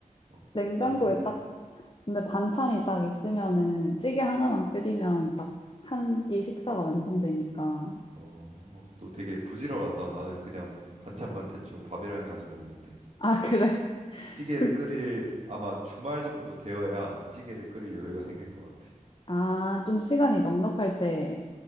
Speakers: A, on the right; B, on the left.
A: 어
B: 냉장고에
A: 아무튼
B: 딱 근데 반찬이 딱 있으면은 찌개 하나만 끓이면 딱 한 끼 식사가 완성되니까.
A: 어어너 되게 부지런하다 나는 그냥 반찬만 대충 밥이랑 해가지고 먹는데
B: <laughs> 아, 그래?
A: 찌개를
B: 그,
A: 끓일 아마 주말 정도 되어야 찌개를 끓일 여유가 생길 것 같아
B: 아, 좀 시간이 넉넉할 때